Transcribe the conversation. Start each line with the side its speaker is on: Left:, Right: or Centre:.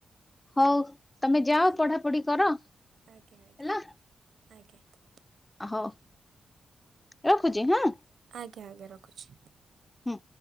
Left: ହଉ ତମେ ଯାଅ
Right: ଆଜ୍ଞା
Left: ପଢ଼ା ପଢ଼ି କର ହେଲା।
Right: ଆଜ୍ଞା ଆଜ୍ଞା ଆଜ୍ଞା।
Left: ହଉ ରଖୁଛି ହାଁ।
Right: ଆଜ୍ଞା ଆଜ୍ଞା ରଖୁଛି।
Left: ହୁଁ